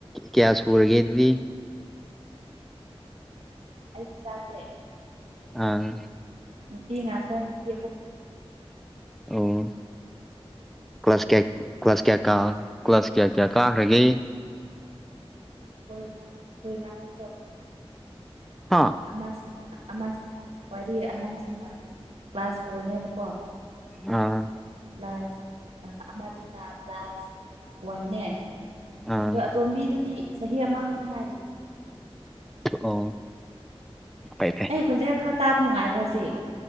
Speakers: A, in the centre; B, on the right.
A: ꯀꯌꯥ ꯁꯨꯔꯒꯦ ꯑꯗꯨꯗꯤ
B: ꯑꯩ ꯏꯆꯥꯁꯦ
A: ꯑꯥ
B: ꯅꯨꯅꯨꯡꯄꯤꯤ ꯉꯥꯛꯇ ꯅꯨꯅꯨꯡꯇ ꯑꯩꯈꯨꯝ
A: ꯑꯣ ꯀ꯭ꯂꯥꯁ ꯀꯌꯥ ꯀ꯭ꯂꯥꯁ ꯀꯌꯥ ꯀꯥ ꯀ꯭ꯂꯥꯁ ꯀꯌꯥ ꯀꯌꯥ ꯀꯥꯈ꯭ꯔꯒꯦ
B: ꯍꯣꯏꯁꯤꯗꯣ
A: ꯍꯥꯥ
B: ꯑꯃꯁꯤꯅ ꯑꯃꯁꯤꯅ ꯋꯥꯔꯤꯏ ꯑꯍꯟꯁꯤꯡꯅ ꯀ꯭ꯂꯥꯁ ꯐꯣꯔꯅꯦꯕꯀꯣ
A: ꯑꯥ
B: ꯭ꯂꯥꯁ ꯑꯃꯗꯨꯅ ꯭ꯂꯥꯁ ꯋꯥꯟꯅꯦ
A: ꯑꯥ
B: ꯑꯗꯣ ꯑꯇꯣꯝꯕꯤꯗꯨꯗꯤ ꯆꯍꯤ ꯑꯃꯈꯛꯇ ꯉꯥꯏꯔꯤ
A: ꯑꯣ ꯐꯩ ꯐꯩ
B: ꯑꯩ ꯈꯣꯟꯖꯦꯜ ꯈꯔ ꯇꯥꯕ ꯅꯨꯡꯉꯥꯏꯕ꯭ꯔꯥ ꯍꯧꯖꯤꯛ